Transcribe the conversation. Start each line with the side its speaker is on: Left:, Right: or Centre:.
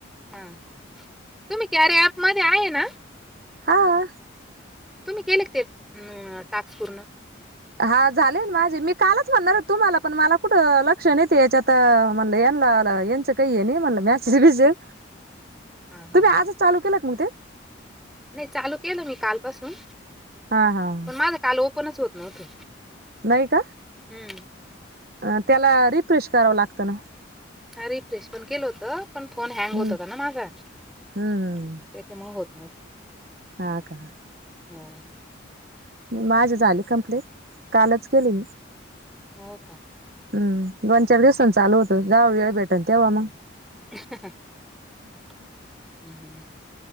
Centre: हां तुम्ही केर्या ॲप मध्ये आहे ना?
Right: हों.
Centre: तुम्ही केले का ते टाक्स पूर्ण?
Right: हां झाले न माझे मी कालच म्हणणार होतो तुम्हाला पण मला कुठं लक्ष नाहीेत याच्यात म्हणलं याल्यां ह्यांच्या कायी हे नयी म्हणलं मेसेज विषय
Centre: हा हा
Right: तुम्ही आजच चालू केला का मग ते?
Centre: नायी चालू केलं मी कालपासून
Right: हां हां.
Centre: पण माझं काल ओपनच होत नव्हतं.
Right: नायी का?
Centre: हुं.
Right: अं त्याला रिफ्रेश करावं लागतं ना.
Centre: हां रिफ्रेश पण केलं होत पण फोन हँग
Right: हम्म
Centre: होत होता ना माझा ते
Right: हम्म
Centre: त्यामुळ होत नव्हत ते.
Right: हां का?
Centre: हुं.
Right: नायी माझे झाले कंप्लेट कालच केली मी.
Centre: हों का?
Right: हं दोन चार दिवसांच आल होतं जावूया वेळ भेटन तेव्हा मग.
Centre: <unintelligible> हुं